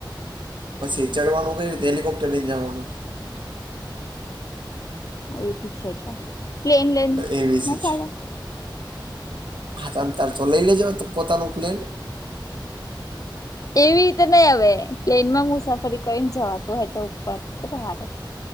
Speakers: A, on the right; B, on the left.
A: પછી ચડવાનું કઈ રીતે હેલિકોપ્ટર લઈને જવાનું?
B: એ બી છે કે પ્લેન લઈન
A: એવી
B: ના ચાલે?
A: છે હા તમતાર તું લઈ લેજો હો પોતાનું પ્લેન
B: એવી રીતે નહી હવે, પ્લેન માં મુસાફરી કરીને જવાતું હો તો ઉપર, કેટલું હારું.